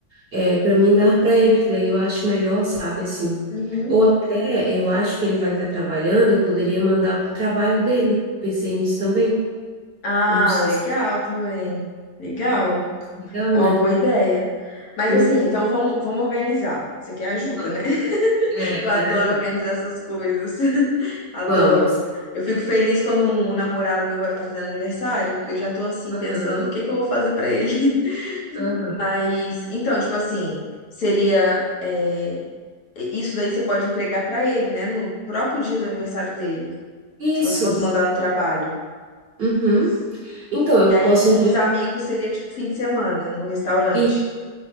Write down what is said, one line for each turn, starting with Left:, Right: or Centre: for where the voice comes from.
Right: é, para mim dar para ele, que daí eu acho melhor, sabe, assim.
Left: Uhum.
Right: Ou até eu acho que ele vai estar trabalhando, eu poderia mandar pro trabalho dele. Pensei nisso também.
Left: Ah,
Right: Não sei,
Left: legal também. Legal.
Right: legal,
Left: É
Right: né?
Left: uma boa ideia. Mas
Right: Hum,
Left: assim, então vamos, vamos organizar. Você quer ajuda,
Right: vamos.
Left: né?
Right: É,
Left: Eu
Right: eu quero
Left: adoro
Right: ajuda.
Left: organizar essas coisas. <laughs> Adoro.
Right: Vamos.
Left: Eu fico feliz quando um namorado meu vai- tá fazendo aniversário, porque eu já tô assim pensando
Right: Aham,
Left: o que que eu vou fazer pra ele. <laughs>
Right: aham.
Left: Mas, então, tipo assim, seria é, isso daí você pode entregar pra ele, né, no próprio dia do aniversário dele, se
Right: Isso.
Left: você fosse mandar no trabalho.
Right: Uhum. Então, eu
Left: E aí
Right: posso
Left: com
Right: entregar
Left: os amigos seria tipo fim de semana no restaurante.
Right: e,